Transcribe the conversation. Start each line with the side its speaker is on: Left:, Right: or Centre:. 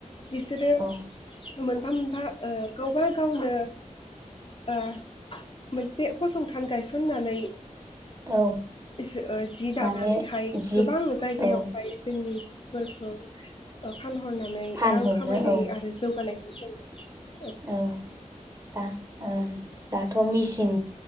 Left: बिसोरो
Right: औ
Left: मोनफा मोनफा ओ गावबा गावनो ओ मोनसे फसंथान गायसननानै
Right: औ
Left: जि दानानैहाय
Right: माने जि
Left: गोबां जायगायाव
Right: औ
Left: गायो <inaudible> फानहरनानै
Right: फानहरनो
Left: रां खामायनाय
Right: औ
Left: आरो जौगानाय <inaudible>
Right: औ दा औ दाथ' मेसिन